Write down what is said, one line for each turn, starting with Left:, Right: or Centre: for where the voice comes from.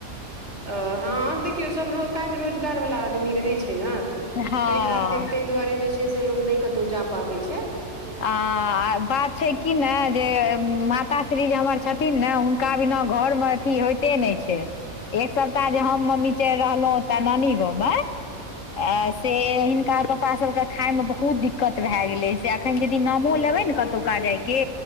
Right: अ हँ देखियौ सब रो काज रोजगार वला आदमी रहै छैए न।
Left: हँ
Right: तैय खातिर ताहि दुआरे जे छै से लोक नहि कतहु जा पाबै छै।
Left: आ बात छै कि ने, जे माताश्री जे हमर छथिन ने हुन हुन का बिना घर मे अथी होइते नहि छै, एक सप्ताह जे हम मम्मी चलि रहलौउ। तटानानी ग ब <unintelligible> ए से हिनका पापा सभके खाायमे बहुत दिक्कत भए गेलै से एखन यदि नामो
Right: हू
Left: लेबै ने कतुका जायके